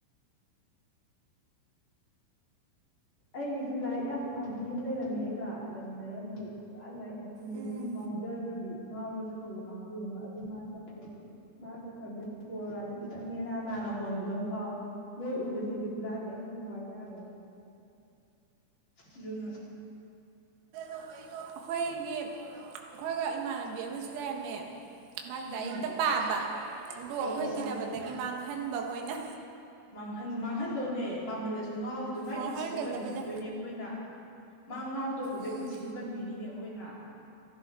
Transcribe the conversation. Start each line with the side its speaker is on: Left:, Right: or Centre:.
Left: ꯑꯩꯒꯤꯁꯨ ꯂꯥꯏꯔꯤꯛ ꯌꯥꯝ ꯐꯕꯤ ꯑꯃ ꯂꯩꯔꯝꯃꯦ ꯑꯩꯒ ꯂꯩꯃꯤꯟꯅꯔꯝꯗꯤ ꯄꯨꯔꯥ ꯂꯥꯏꯔꯤꯛ ꯃꯈꯨꯗꯒꯤ
Right: ꯎꯝ
Left: ꯉꯥꯎꯖꯔꯕꯤ ꯉꯥꯎꯔ ꯧ ꯀꯥꯡꯕꯨ ꯑꯃ ꯑꯗꯨ ꯃꯥ ꯆꯠꯈ꯭ꯔꯦ ꯃꯥ ꯆꯠꯈ꯭ꯔꯅꯦ ꯁꯣꯔꯒꯁꯤ ꯈꯤꯇꯪ ꯌꯥꯝ ꯃꯦꯅꯥ ꯇꯥꯅ ꯀꯣꯟꯕꯗ ꯐꯥꯎꯋꯦ ꯃꯣꯏ ꯎꯕꯁꯤ ꯕꯤꯕꯨꯨꯂꯥꯗꯤ ꯌꯥꯝ ꯆꯨꯕ ꯍꯥꯏꯇꯥꯔꯦ ꯑꯗꯨꯅ
Right: ꯑꯩꯈꯣꯏꯒꯤ ꯑꯩꯈꯣꯏꯒ ꯏꯃꯥꯟꯅꯕꯤ ꯑꯃꯁꯨ ꯂꯩꯔꯝꯃꯦ ꯃꯥꯁ
Left: ꯎꯝ
Right: ꯂꯔꯤꯦꯛꯇ ꯄꯥꯕꯗꯣ ꯑꯩꯈꯣꯏ
Left: ꯑꯣ ꯑꯣ
Right: ꯇꯤꯟꯅꯕꯗꯒꯤ
Left: ꯑꯣ
Right: ꯃꯥꯡꯍꯟꯕ ꯑꯩꯈꯣꯏꯅ
Left: ꯃꯥꯡꯍꯟ ꯃꯥꯡꯍꯟꯗꯣꯅꯦ ꯄꯥꯝꯍꯜꯂꯁꯨ ꯉꯥꯎꯒꯤꯗꯣ ꯃꯥꯏ
Right: ꯃꯥꯡꯍꯟꯒꯗꯕꯅꯦ
Left: ꯄꯨꯟꯁꯤꯗꯣ ꯀꯟꯕꯤꯗꯣꯏꯅꯦ ꯑꯩꯈꯣꯏꯅ ꯃꯥ ꯉꯥꯎꯗꯧꯕꯗꯩ
Right: ꯎꯝ
Left: ꯄꯨꯟꯁꯤꯗ ꯀꯟꯕꯤꯔꯤꯅꯦ ꯑꯩꯈꯣꯏꯅ